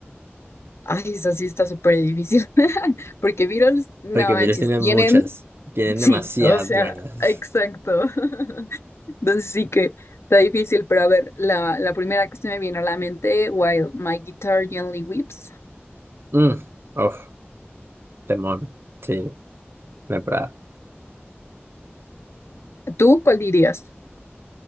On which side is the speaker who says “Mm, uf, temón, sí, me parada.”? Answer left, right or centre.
Right